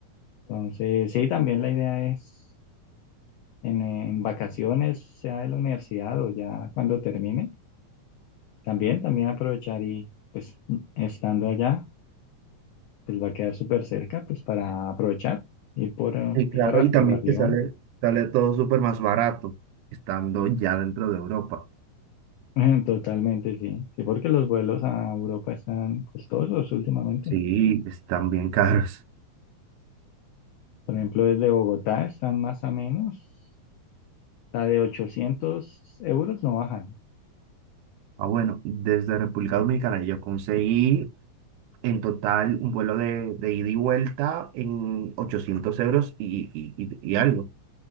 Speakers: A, on the left; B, on the right.
A: Entonces, sí, también la idea es en, en vacaciones, sea de la universidad o ya cuando termine, también, también aprovechar y pues estando allá, pues va a quedar súper cerca, pues para aprovechar, ir por eh,
B: Sí,
A: tierra,
B: claro. Y
A: por
B: también
A: avión.
B: que sale, sale todo súper más barato estando ya dentro de Europa.
A: <laughs> Totalmente, sí. Sí, porque los vuelos a Europa están costosos últimamente.
B: Sí, están bien caros.
A: Por ejemplo, desde Bogotá están más o menos, la de 800 euros no bajan.
B: Ah, bueno, desde República Dominicana yo conseguí En total, un vuelo de, de ida y vuelta en 800 euros y, y- y- y algo.